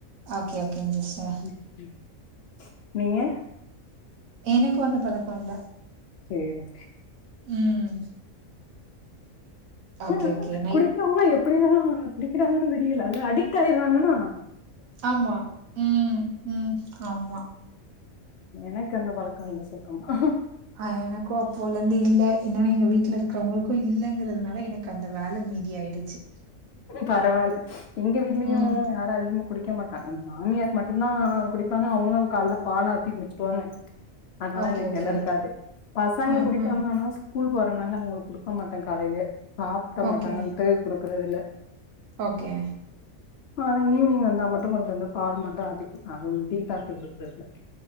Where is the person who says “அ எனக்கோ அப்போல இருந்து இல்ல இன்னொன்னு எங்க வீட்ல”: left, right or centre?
Right